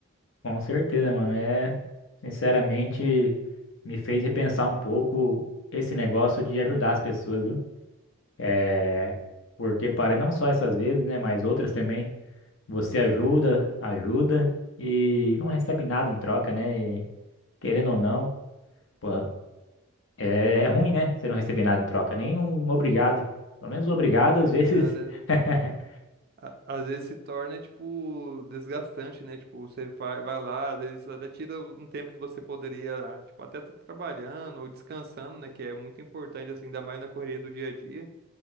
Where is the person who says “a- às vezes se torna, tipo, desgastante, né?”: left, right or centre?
Right